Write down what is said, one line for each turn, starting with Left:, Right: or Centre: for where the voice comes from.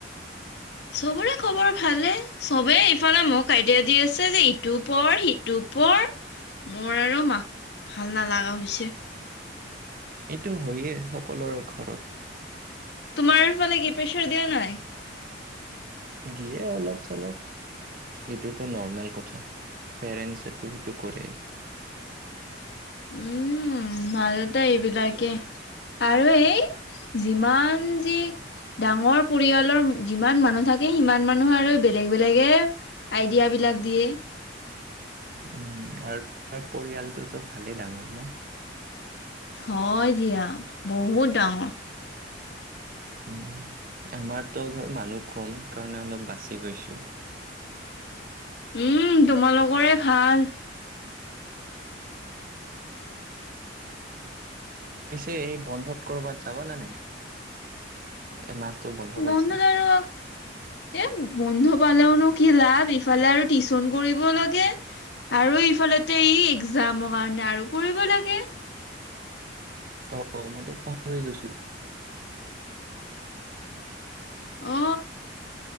Left: চবৰে খবৰ ভালে, চবে ইফালে মোক আইডিয়া দি আছে ইটো পঢ়, সিটো পঢ়, মোৰ আৰু মা, ভাল নালাগা হৈছে।
Right: এইটো হয়েই সকলোৰে ঘৰত।
Left: তোমাৰ ফালে কি প্ৰেছাৰ দিয়া নাই?
Right: দিয়ে অলপ চলপ। সেইটোতো নৰ্মেল কথা, পেৰেন্সেতো সেইটো কৰে।
Left: উম, মা দেউতা এইবিলাকে। আৰু এই যিমান যি ডাঙৰ পৰিয়ালৰ যিমান মানুহ থাকে সিমান মানুহৰে বেলেগ বেলেগে আইডিয়াবিলাক দিয়ে।
Right: উম, আৰু পৰিয়ালটোতো ভালেই ডাঙৰ ন'।
Left: হয় দিয়া, বহুত ডাঙৰ।
Right: উম, আমাৰতো ধৰ মানুহ কম সেইকাৰণে অলপ বাচি গৈছোঁ।
Left: উম, তোমালোকৰে ভাল।
Right: পিছে এই বন্ধত ক'ৰবাত যাব নে নাই? এই মাচটো বন্ধ
Left: বন্ধুত
Right: পাইছা।
Left: আৰু এ, বন্ধ পালেওনো কি লাভ ইফালে আৰু টিউচন কৰিব লাগে। আৰু ইফালতে ই এক্সামৰ কাৰণে আৰু পঢ়িব লাগে।
Right: অ', অ' মইটো পাহৰি গৈছোঁ।
Left: অ'।